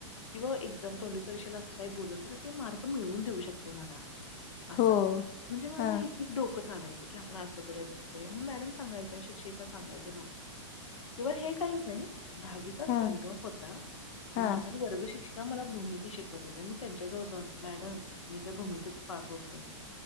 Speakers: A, on the left; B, on the left.
A: किंवा एक्झाम तोंडी परीक्षेला असं काही बोललं तर ते मार्क मिळवून देऊ शकते मला असं
B: हो.
A: म्हणजे माझं
B: हा
A: एक डोकंच आलायच की आपण असं करूया तं करूया मग मॅडम सांगायचे शिक्षिका सांगायचे नको कि हे काहीच नाही दहावीचा स्पेंडॉप
B: हा
A: होता
B: हा
A: माझ्या वर्ग शिक्ष का मला भूमिती शिकत होते मी त्यांच्या जवळण मॅडम मी का भूमतीत पास होत नाही